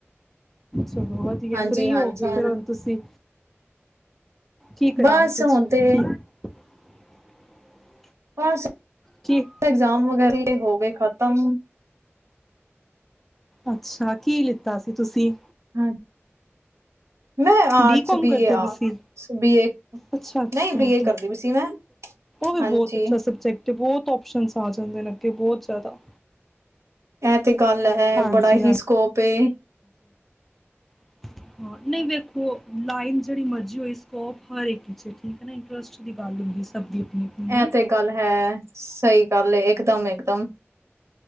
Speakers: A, in the centre; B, on the right.
A: ਚਲੋ ਵਧੀਆ,
B: ਹਾਂਜੀ,
A: ਫ੍ਰੀ
B: ਹਾਂਜੀ
A: ਹੋਗੇ ਔ ਫੇਰ ਹੁਣ ਤੁਸੀਂ। <unintelligible>
B: ਬਸ ਹੁਣ ਤੇ <unintelligible>
A: ਕੀ
B: ਐਗਜ਼ਾਮ ਵਗੈਰੀ ਤੇ ਹੋ ਗਏ ਖਤਮ।
A: ਅੱਛਾ, ਕਿ ਲਿੱਤਾ ਸੀ ਤੁਸੀਂ?
B: <unintelligible> ਆਰਟਸ
A: ਬੀ ਕਾਮ ਕਰਦੇ
B: ਏ
A: ਪਏ
B: ਆਰਟਸ
A: ਤੁਸੀ
B: ਬੀ ਏ
A: ਅੱਛਾ ਓਹ
B: ਨਹੀਂ ਬੀ ਏ ਕਰਦੀ ਪਈ ਸੀ ਮੈਂ।
A: ਤੇ
B: ਹਾਂਜੀ,
A: ਬਹੁਤ ਅੱਛਾ ਸਬਜੈਕਟ ਤੇ ਬੌਤ ਔਪਸ਼ਨਸ ਆ ਜਾਂਦੇ ਨੇ ਅੱਗੇ ਬਹੁਤ ਜਿਆਦਾ।
B: ਐਤ ਤੇ ਗੱਲ ਹੈ
A: ਹਾਂਜੀ
B: ਬੜਾ
A: ਹਾਂਜੀ
B: ਹੀ ਸਕੋਪ ਏ।
A: <inaudible> ਹੋਰ। <inaudible> ਨਹੀਂ ਵੇਖੋ ਲਾਈਨ। ਜਿਹੜੀ ਮਰਜ਼ੀ ਹੋ ਸਕੋਪ ਹਰ ਇੱਕ 'ਚ ਠੀਕ ਹੈ ਨਾ ਇੰਟਰਸਟ ਦੀ ਗੱਲ ਹੁੰਦੀ ਸਭ। ਆਪਣੀ ਆਪਣੀ ਹੈ ਨਾ
B: ਇਹ ਤੇ ਗੱਲ ਹੈ ਸਹੀ ਗੱਲ ਇਕ ਦਮ ਇਕ ਦਮ।